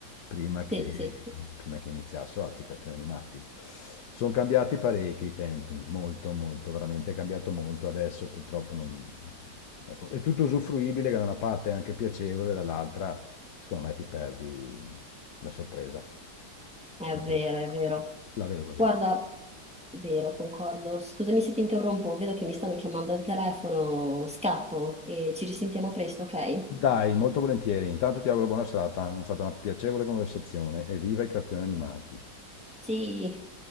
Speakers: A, on the left; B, in the centre.
A: prima che,
B: Sì, sì.
A: prima che iniziassero altri cartoni animati. Sono cambiati parecchio i tempi, molto, molto, veramente è cambiato molto. Adesso purtroppo non- è è tutto usufruibile, che da una parte è anche piacevole, dall'altra secondo me ti perdi la sorpresa.
B: È
A: La vedo,
B: vero, è vero.
A: la vedo così.
B: Guarda, vero, concordo. Scusami se ti interrompo, vedo che mi stanno chiamando al telefono, scappo e ci risentiamo presto, ok?
A: Dai, molto volentieri. Intanto ti auguro buona serata, è stata una piacevole conversazione e viva i cartoni animati.
B: Sì.